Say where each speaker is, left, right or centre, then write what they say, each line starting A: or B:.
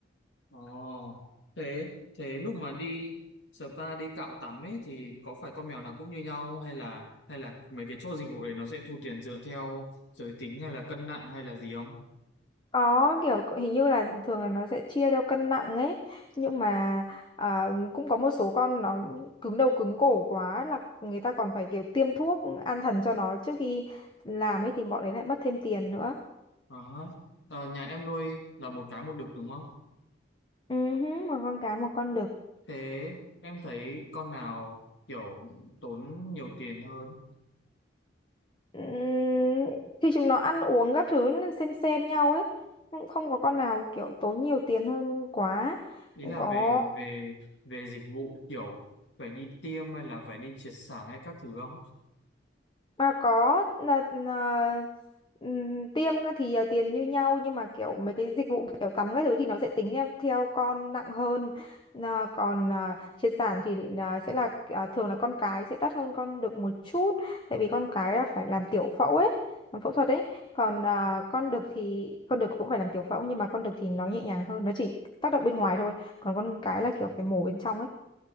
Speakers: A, on the left (about 80°); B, on the left (about 25°).
A: Ồ, thế thế lúc mà đi spa đi cạo tắm ấy thì có phải con mèo nào cũng như nhau không? hay là hay là mấy cái chỗ dịch vụ đấy nó sẽ thu tiền dựa theo giới tính hay là cân nặng hay là gì không?
B: Có kiểu có- hình như là thường là nó sẽ chia theo cân nặng ấy nhưng mà à, cũng có một số con nó cứng đầu cứng cổ quá là người ta còn phải kiểu tiêm thuốc an thần cho nó trước khi làm ấy thì bọn đấy lại mất thêm tiền nữa
A: Ờ, hả. Ờ, nhà em nuôi là một cái một đực đúng không?
B: Ừ hứ, một con cá một con đực
A: Thế em thấy con nào kiểu tốn nhiều tiền hơn?
B: Ừm, khi chúng nó ăn uống các thứ nó xem xem nhau ấy cũng không có con nào kiểu tốn nhiều tiền hơn quá
A: Ý là
B: có
A: về về về dịch vụ kiểu phải đi tiêm hay là phải đi triệt sản hay các thứ không?
B: mà có là, là ừm, tiêm á thì à, tiền như nhau nhưng mà kiểu mấy cái dịch vụ kiểu tắm các thứ thì nó sẽ tính theo, theo con nặng hơn là còn à, triệt sản thì là sẽ là à, thường là con cái sẽ đắt hơn con đực một chút tại vì con cái là phải làm tiểu phẫu ấy làm phẫu thuật ấy còn à, con đực thì con đực cũng phải làm tiểu phẫu nhưng mà con đực thì nó nhẹ nhàng hơn nó chỉ tác động bên ngoài thôi còn con cái là kiểu phải mổ bên trong ấy